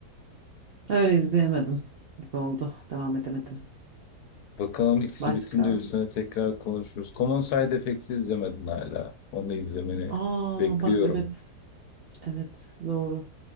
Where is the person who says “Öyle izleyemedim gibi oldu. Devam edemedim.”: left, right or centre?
Right